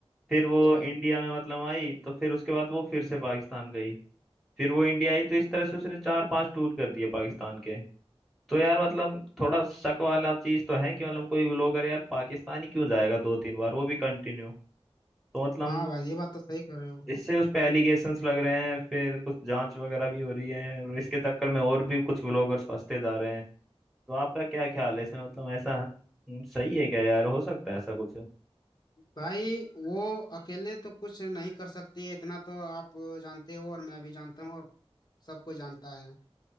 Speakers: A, in the centre; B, on the left.
A: फिर
B: अच्छा
A: वो इंडिया में मतलब आई तो फिर उसके बाद वो फिर से पाकिस्तान गई फिर वो इंडिया आई तो इस तरह से उसने चार पांच टूर कर दिए पाकिस्तान के तो यार मतलब थोड़ा शक वाला चीज तो है कि मतलब कोई लोग अरे यार पाकिस्तान ही क्यों जाएगा दो तीन बार वो भी कंटिन्यू तो मतलब
B: हाँ भाई ये बात तो सही कर रहे हो
A: इससे उस पे एलिगेशंस लग रहे हैं फिर कुछ जांच वगैरह भी हो रही है और इसके चक्कर में और भी कुछ व्लॉगर्स फंसते जा रहे हैं तो आपका क्या ख्याल है इसमें मतलब ऐसा हम्म, सही है क्या यार हो सकता है ऐसा कुछ
B: भाई वो अकेले तो कुछ नहीं कर सकती है इतना तो आप जानते हो और मैं भी जानता हूँ और सबको जानता है